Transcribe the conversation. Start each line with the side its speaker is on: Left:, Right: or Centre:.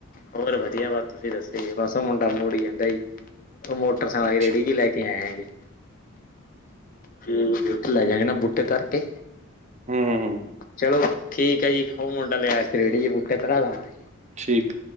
Left: ਹੋਰ ਵਧੀਆ ਬਸ ਤੁਸੀਂ ਦੱਸੋ ਜੀ, ਬਸ ਉਹ ਮੁੰਡਾ ਮੋੜੀ ਜਾਂਦਾ ਜੀ, ਉਹ ਮੋ ਟਰਸਾਕੇ
Right: ਅੱਛਾ
Left: ਰੇੜੀ ਜੀ ਲੈ ਕੇ ਆਏ ਆਂ ਜੀ। ਠੀਕ ਐ, ਲੈ ਜਾਗੇ ਨਾਂ ਬੂਟੇ ਧਰਕੇ।
Right: ਹੂੰ
Left: ਚਲੋ ਠੀਕ ਐ ਜੀ, ਉਹ ਮੁੰਡਾ ਲੈ ਆਇਆ ਸੀ ਰੇੜੀ ਜੀ ਬੂਟੇ ਧਰਾ ਲਾਂ ਮੈਂ।
Right: ਠੀਕ।